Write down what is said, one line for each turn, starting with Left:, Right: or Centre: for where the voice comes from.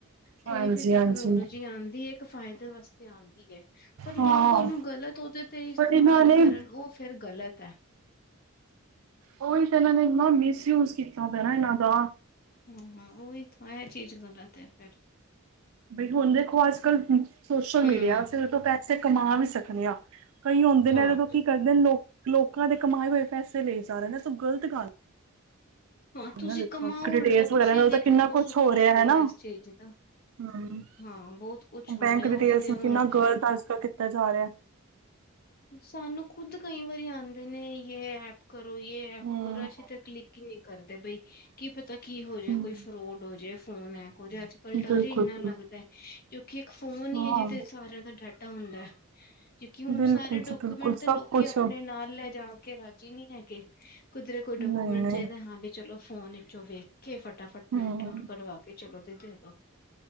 Left: ਕੋਈ
Right: ਹਾਂਜੀ
Left: ਵੀ ਟੈਕਨੋਲੋਜੀ
Right: ਹਾਂਜੀ
Left: ਆਉਂਦੀ ਐ। ਇੱਕ ਫਾਇਦੇ ਵਾਸਤੇ ਆਉਂਦੀ ਐ। ਪਰ
Right: ਹਾਂ
Left: ਲੋਕ ਉਹਨੂੰ ਗ਼ਲਤ, ਉਹਦੇ ਤੇ ਇਸਤੇਮਾਲ
Right: ਬਟ ਇਹਨਾਂ ਨੇ
Left: ਕਰਨ ਉਹ ਫਿਰ ਗ਼ਲਤ ਐ।
Right: ਉਹੀ ਤਾਂ ਇਹਨਾਂ ਨੇ ਇੰਨਾ ਮਿਸਯੂਜ ਕੀਤਾ ਪਿਆ ਨਾ ਇਹਨਾਂ ਦਾ।
Left: ਹਮ, ਹਾਂ ਉਹੀਥ ਇਹ ਚੀਜ਼ ਗਲਤ ਹੈ ਫੇਰ।
Right: ਬਈ, ਹੁਣ ਦੇਖੋ ਅੱਜ ਕੱਲ ਸੋਸ਼ਲ
Left: ਹੂੰ
Right: ਮੀਡੀਆ ਅਸੀਂ ਇਦੇ ਤੋਂ ਪੈਸੇ ਕਮਾ ਵੀ ਸਕਣੇ ਆ ਕਈ ਹੁੰਦੇ ਨੇ
Left: ਹਾਂ।
Right: ਇਦੇ ਤੋਂ ਕੀ ਕਰ ਲੋਕ ਲੋਕਾਂ ਦੇ ਕਮਾਏ ਹੋਏ ਪੈਸੇ ਲਈ ਜਾ ਰਹੇ ਨੇ ਤਾਂ ਗਲਤ ਗੱਲ
Left: ਹਾਂ ਤੁਸੀਂ
Right: ਹਨਾ ਦੇਖੋ
Left: ਕਮਾਓ
Right: ਡਿਟੇਲਸ
Left: ਉਲਟਾ ਤੁਸੀਂ
Right: ਵਗੈਰਾ ਨਾਲ
Left: ਵੀ
Right: ਤਾਂ ਕਿੰਨਾ
Left: ਦੇਖੋ
Right: ਕੁਛ
Left: ਸੁੱਖ
Right: ਹੋ
Left: ਲਵੋ
Right: ਰਿਹਾ ਹੈ ਨਾ?
Left: ਇਸ ਚੀਜ਼ ਦਾ।
Right: ਹਮ,
Left: ਹਾਂ ਬਹੁਤ ਕੁਛ ਹੋ
Right: ਬੈਂਕ
Left: ਰਿਹਾ
Right: ਡਿਟੇਲਸ
Left: ਉਹੀ ਤੇ
Right: ਨੂੰ
Left: ਹੁਣ
Right: ਕਿੰਨਾ ਗਲਤ ਅੱਜ ਕਲ ਕੀਤਾ ਜਾ ਰਿਹਾ।
Left: ਸੈਨੂ ਖੁਦ ਕਈ ਵਾਰੀ ਆਂਦੇ ਨੇ ਯੇ ਐਪ। ਕਰੋ ਇਹ ਐਪ
Right: ਹਮ।
Left: ਕਰੋ, ਅਸੀਂ ਤਾਂ ਕਲਿੱਕ ਹੀ ਨਹੀਂ ਕਰਦੇ ਬਈ। ਕੀ ਪਤਾ ਕੀ ਹੋ ਜੇ
Right: ਹਮ
Left: ਕੋਈ ਫਰੋਡ ਹੋਜੇ ਫੋਨ ਹੈਕ ਹੋ ਜੇ। ਅੱਜ ਕਲ
Right: ਬਿਲਕੁਲ
Left: ਡਰ ਹੀ ਇੰਨਾ
Right: ਬਿਲਕੁਲ।
Left: ਲੱਗਦੈ। ਕਿਉਕਿ ਇੱਕ ਫ਼ੋਨ
Right: ਹਾਂ
Left: ਹੀ ਏ ਜਿਦੇ ਚ ਸਾਰਿਆਂ ਦਾ ਡਾਟਾ ਹੁੰਦੈ ਕਿਉਕਿ ਹੁਣ
Right: ਬਿਲਕੁਲ
Left: ਏ
Right: ਜੀ
Left: ਡੋਕੂਮੈਂਟ
Right: ਬਿਲਕੁਲ ਸਭ
Left: ਤੇ ਲੋਕੀ
Right: ਕੁਛ
Left: ਅਪਣੇ ਨਾਲ ਲੈ ਜਾ ਕੇ ਰਾਜੀ ਨਹੀਂ ਹੈਗੇ। ਕਿਧਰੇ ਕੋਈ ਡੋਕੂਮੈਂਟ
Right: ਨਹੀਂ ਨਹੀਂ।
Left: ਚਾਹੀਦਾ, ਹਾਂ ਵੀ ਚਲੋ ਫੋਨ ਵਿਚੋਂ ਵੇਖ ਕੇ ਫਟਾ-ਫਟ ਪ੍ਰਿੰਟ
Right: ਹਮ
Left: ਆਊਟ ਕੜਵਾ ਕੇ ਚਲੋ, ਦੀ ਦੇ ਤੋ